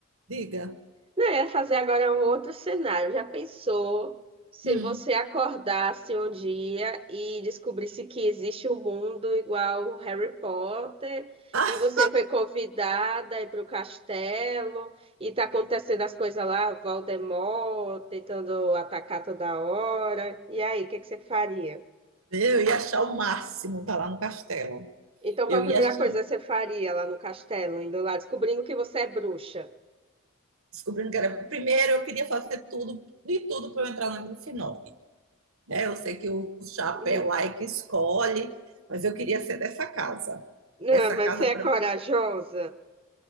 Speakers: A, on the right; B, on the right.
A: diga,
B: Não, eu ia fazer agora um outro cenário. Já pensou se
A: hum,
B: você acordasse um dia e descobrisse que existe um mundo igual o Harry Potter
A: ah,
B: e você foi convidada a ir para o castelo e tá acontecendo as coisas lá, Voldemort tentando atacar toda hora. E aí, o que que você faria?
A: eu ia achar o máximo estar lá no castelo.
B: Então,
A: Eu
B: qual a primeira
A: ia achar,
B: coisa que você faria lá no castelo, indo lá, descobrindo que você é bruxa?
A: descobrindo que era, primeiro eu queria fazer tudo, de tudo para eu entrar no final. né? Eu sei que o chapéu
B: Hum.
A: lá é que escolhe, mas eu queria ser dessa casa.
B: Não,
A: Essa
B: mas
A: casa
B: você é
A: para
B: corajosa.
A: mim.